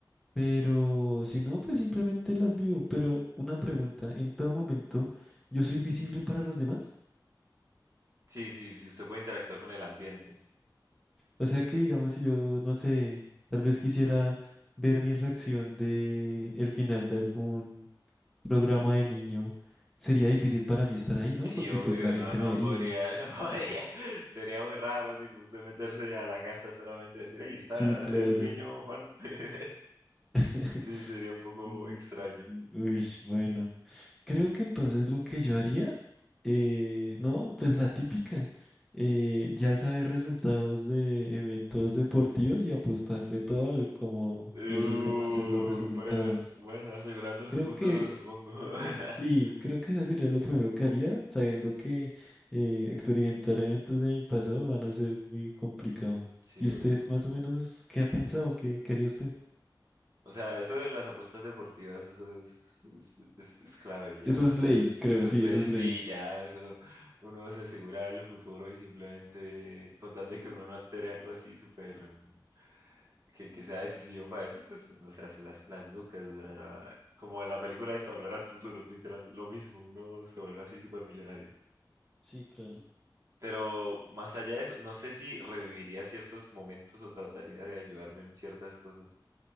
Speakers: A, in the centre; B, on the right.
A: pero si no, pues simplemente las vivo. Pero una pregunta, ¿en todo momento yo soy visible para los demás?
B: Sí, sí, sí, usted puede interactuar con el ambiente.
A: O sea que digamos, si yo, no sé, tal vez quisiera ver mi reacción de el final de algún programa de niño, sería difícil para mí estar ahí, ¿no?
B: Sí,
A: Porque
B: obvio,
A: pues la gente
B: no, no
A: me vería.
B: podría, no <laughs> podría. Sería muy raro, tipo, usted meterse a la casa solamente y decir, ahí está
A: Sí, claro.
B: el niño Juan. <laughs>
A: <laughs>
B: Sí, sería un poco
A: Mm,
B: extraño.
A: Uy, bueno. Creo que entonces lo que yo haría, eh, no, pues la típica, eh, ya saber resultados de eventos deportivos y apostarle todo al como,
B: Uh,
A: ya sé cómo hacer los resultados.
B: bueno, bueno, asegurando su
A: Creo
B: futuro,
A: que
B: supongo. <laughs>
A: Sí, creo que eso sería lo primero que haría, sabiendo que eh, experimentar eventos de mi pasado van a ser muy complicado.
B: Sí,
A: ¿Y
B: obvio.
A: usted más o menos qué ha pensado? ¿Qué, qué haría usted?
B: O sea, eso de las apuestas deportivas, eso es, es, es- es clave ya.
A: Eso es
B: O sea,
A: ley, creo,
B: eso
A: sí,
B: es ley,
A: eso es
B: sí,
A: ley.
B: ya, eso uno se asegura el futuro y simplemente con tal de que uno no altere algo así súper mm, que, que sea decisivo para eso, pues uno se hace las, las lucas. o sea, como en la película esta, Volver al Futuro, literal, lo mismo, uno se vuelve así súper millonario.
A: Sí, claro.
B: Pero más allá de eso, no sé si reviviría ciertos momentos o trataría de ayudarme en ciertas cosas,